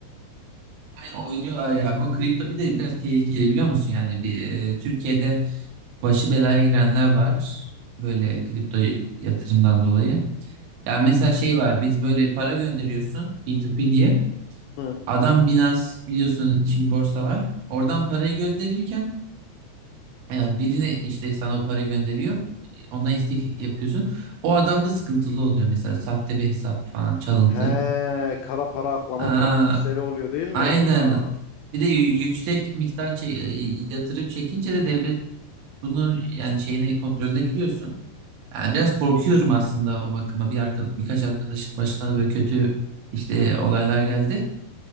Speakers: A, on the right (about 80°); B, on the left (about 90°).
A: Aynen oynuyorlar ya. Bu kripto bir de biraz tehlikeli biliyor musun? Yani bir e, Türkiye'de başı belaya girenler var. Böyle kripto yatırımdan dolayı. Yani mesela şey var. Biz böyle para gönderiyorsun P2P diye.
B: Hı.
A: Adam Binance biliyorsun şimdi borsa var. Oradan parayı gönderirken e, birine işte sana o parayı gönderiyor. Ona istek yapıyorsun. O adam da sıkıntılı oluyor mesela. Sahte bir hesap falan çalıntı.
B: He, kara para aklama
A: Aa,
B: tarzı işleri oluyor değil mi
A: Aynen.
B: orada?
A: Bir de yü- yüksek miktar çe- yatırıp çekince de devlet bunu yani şeyine kontrolüne giriyorsun. Yani
B: He.
A: biraz korkuyorum aslında o bakıma. Bir arka, birkaç arkadaşın başına da böyle kötü işte olaylar geldi.